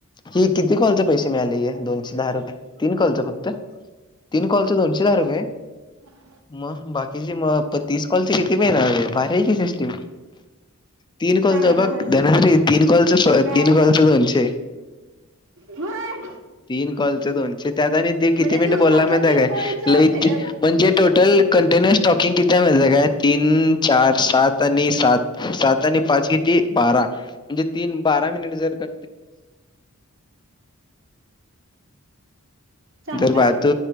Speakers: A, on the right; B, on the left.
A: लास्ट
B: ही
A: टाइम
B: किती कॉलचे पैसे मिळाले हे दोनशे दहा रुपये तीन कॉलचं फक्त तीन कॉलचं दोनशे दहा रुपये
A: <unintelligible> <unintelligible>
B: मग बाकीचे मग प तीस कॉलची किती मिळनार हाय भारी की सिस्टीम. तीन कॉलचं
A: चांगलं
B: बग
A: हाय.
B: धनारी तीन कॉलचं
A: काय
B: तीन कॉलचं दोनशे
A: होय
B: तीन कॉलचं दोनशे त्यात आणि ते किती
A: म्हणजे
B: मिनिटं
A: दिवसातला
B: बोलला माहितीय
A: तीन
B: काय
A: कॉलच
B: लय
A: ते दिवस
B: म्हंजे टोटल कंटिन्युअस टॉकिंग किती्य माहिती काय तीन, चार, सात, आनी सात सात आनी पाच किती? बारा म्हणजे तीन बारा मिनिट जर का
A: चांगला
B: जर भावा
A: आहे की रे
B: तू